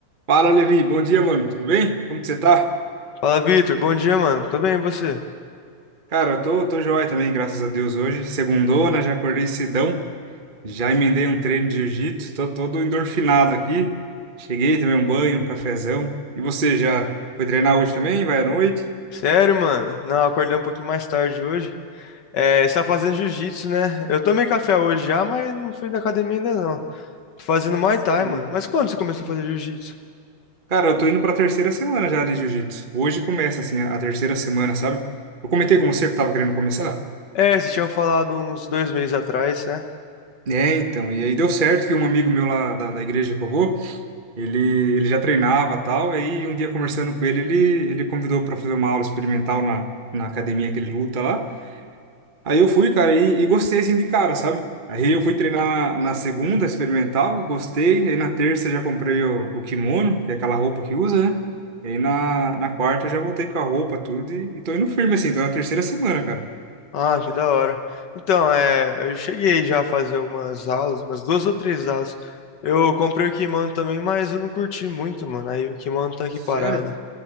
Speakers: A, on the right; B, on the left.
A: Fala, Levi. Bom dia, mano. Tudo bem? Como que você tá?
B: Fala, Vitor. Bom dia, mano. Tô bem, e você?
A: Cara, eu tô, tô joia também, graças a Deus, hoje. Segundona, já acordei cedão. Já emendei um treino de jiu-jitsu. Tô todo endorfinado aqui. Cheguei, tomei um banho, um cafezão. E você, já foi treinar hoje também? Vai à noite?
B: Sério, mano? Não, acordei um pouquinho mais tarde hoje. É, você tá fazendo jiu-jitsu, né? Eu tomei café hoje já, mas não fui na academia ainda não. Tô fazendo Muay
A: Sei.
B: Thai, mano. Mas quando você começou a fazer jiu-jitsu?
A: Cara, eu tô indo pra terceira semana já de jiu-jitsu. Hoje começa, assim, a a terceira semana, sabe? Eu comentei com você que eu tava querendo começar?
B: É, vocês tinham falado uns dois meses atrás, né?
A: É, então. E aí deu certo que um amigo meu lá da, da igreja que eu vou, Ele, ele já treinava tal, e aí um dia conversando com ele, ele, ele convidou para fazer uma aula experimental na, na academia que ele luta lá. Aí eu fui, cara, e, e gostei assim de cara, sabe? Aí eu fui treinar na, na segunda experimental, gostei. Aí na terça já comprei o, o kimono, que é aquela roupa que usa, né? E aí na, na quarta eu já voltei com a roupa, tudo, e, e tô indo firme assim, tô na terceira semana, cara.
B: Ah, que da hora. Então, é, eu cheguei já a fazer algumas aulas, umas duas ou três aulas. Eu comprei o kimono também, mas eu não curti muito, mano. Aí o kimono tá aqui
A: Sério?
B: parado.